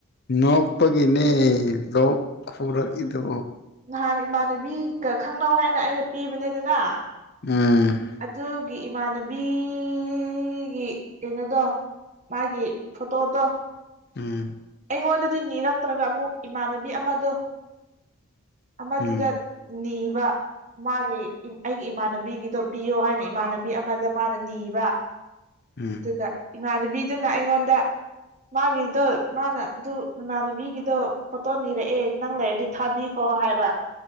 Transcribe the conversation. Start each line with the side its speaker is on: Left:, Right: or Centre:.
Left: ꯅꯣꯛꯄꯒꯤꯅꯦ ꯂꯣꯛ ꯈꯨꯔꯛꯏꯗꯨ
Right: ꯅꯍꯥꯟ ꯏꯃꯥꯟꯅꯕꯤꯒ ꯈꯪꯅꯧ ꯍꯥꯏꯅ ꯑꯩꯅ ꯄꯤꯕꯅꯦꯗꯅ
Left: ꯎꯝ
Right: ꯑꯗꯨꯒꯤ ꯏꯃꯥꯟꯅꯕꯤꯒꯤ ꯀꯩꯅꯣꯗꯣ ꯃꯥꯒꯤ ꯐꯣꯇꯣꯗꯣ
Left: ꯎꯝ
Right: ꯑꯩꯉꯣꯟꯗꯗꯤ ꯅꯤꯔꯛꯇ꯭ꯔꯒ ꯑꯃꯨꯛ ꯏꯃꯥꯟꯅꯕꯤ ꯑꯃꯗꯣ ꯑꯃꯗꯨꯗ
Left: ꯎꯝ
Right: ꯅꯤꯕ ꯃꯥꯒꯤ ꯑꯩꯒꯤ ꯏꯃꯥꯟꯅꯕꯤꯒꯤꯗꯣ ꯄꯤꯌꯣ ꯍꯥꯏꯅ ꯏꯃꯥꯟꯅꯕꯤ ꯑꯃꯗ ꯃꯥꯅ ꯅꯤꯕ
Left: ꯎꯝ
Right: ꯑꯗꯨꯒ ꯏꯃꯥꯟꯅꯕꯤꯗꯨꯅ ꯑꯩꯉꯣꯟꯗ ꯃꯥꯒꯤꯗꯣ ꯃꯥꯅ ꯑꯗꯨ ꯅꯃꯥꯟꯅꯕꯤꯒꯤꯗꯣ ꯐꯣꯇꯣ ꯅꯤꯔꯛꯑꯦ ꯅꯪ ꯂꯩꯔꯗꯤ ꯊꯥꯕꯤꯈꯣ ꯍꯥꯏꯕ